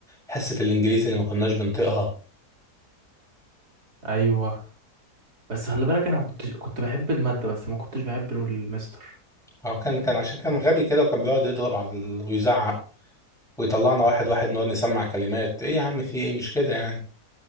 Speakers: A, in the centre; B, on the right (about 70°).
A: حصة الإنجليزي اللي ما كناش بنطيقها
B: ايوه بس خلي بالك انا ما كنتش كنت بحب الماده بس ما كنتش بحب المستر
A: هو كان كان عشان كان غبي كده وكان بيقعد يضرب على ال- ويزعق ويطلعنا واحد واحد نقعد نسمع كلمات إيه يا عم في إيه مش كده يعني